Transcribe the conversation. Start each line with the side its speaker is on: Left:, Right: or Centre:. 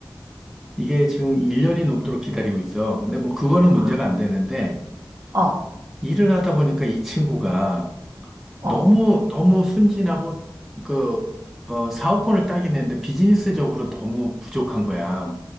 Centre: 이게 지금 1년이 넘도록 기다리고 있어. 근데 뭐 그거는
Right: 아,
Centre: 문제가 안 되는데
Right: 어,
Centre: 일을 하다 보니까 이 친구가 너무,
Right: 어,
Centre: 너무 순진하고, 그, 어, 사업권을 따긴 했는데 비즈니스적으로 너무 부족한 거야.